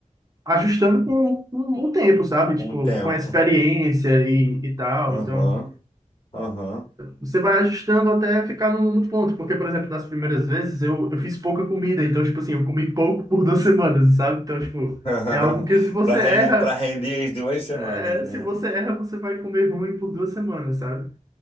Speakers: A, on the right; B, on the left.
A: ajustando com, com o tempo, sabe? Tipo,
B: Com o tempo.
A: com a experiência e, e tal.
B: Aham,
A: Então,
B: aham.
A: você vai ajustando até ficar no, no ponto, porque, por exemplo, nas primeiras vezes eu, eu fiz pouca comida, então, tipo assim, eu comi pouco por duas semanas, sabe? Então, tipo.
B: <laughs>
A: É algo que se você
B: Pra ren-
A: erra,
B: pra render as duas semanas,
A: É,
B: né?
A: se você erra, você vai comer ruim por duas semanas, sabe?